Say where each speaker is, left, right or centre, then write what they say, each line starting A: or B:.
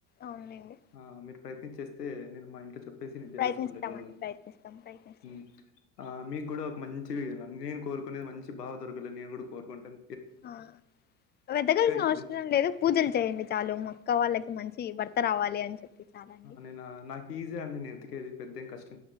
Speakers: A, on the left; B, on the left.
A: అవునులేండి
B: ఆ మీరు ప్రయత్నించేస్తే నేను మా ఇంట్లో చెప్ సి నేను చేసేసుకుంట
A: ప్రయత్నిస్తామండి
B: ఎడ్డోన
A: ప్రయత్నిస్తాం ప్రయత్నిస్తాం
B: ఉమ్ ఆ మీకు కూడా ఒక మం చివి నేను కోరుకునేది మంచి బావ దొరకాలనీ నేను కూడా కోరుకుంటన్
A: ఆ వెదగాల్సిన
B: ఈజీ.
A: అవసరం లేదు, పూజలు చేయండి చాలు మా క్క వాళ్ళకి మంచి భర్త రావాలి, అని చెప్పి చాలండి
B: నేన నాకీ ఈజీగ అండి నేనెతికేది పెద్దేమ్ కష్